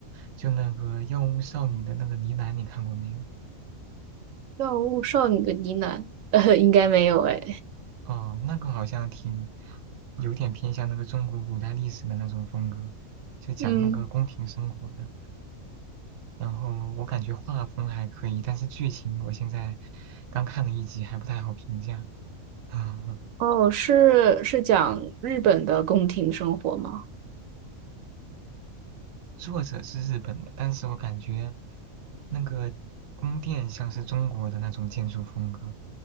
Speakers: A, on the right; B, on the right.
A: 就那个《药物少女》的那个呢喃，你看过没有？
B: 《药物少女的呢喃》<laughs> 呃，应该没有哎。
A: 哦，那个好像挺有点偏向那个中国古代历史的那种风格，就讲那个宫廷生活的。
B: 嗯，
A: 然后我感觉画风还可以，但是剧情我现在刚看了一集，还不太好评价。<laughs>
B: 哦，是是讲日本的宫廷生活吗？
A: 作者是日本的，但是我感觉那个宫殿像是中国的那种建筑风格，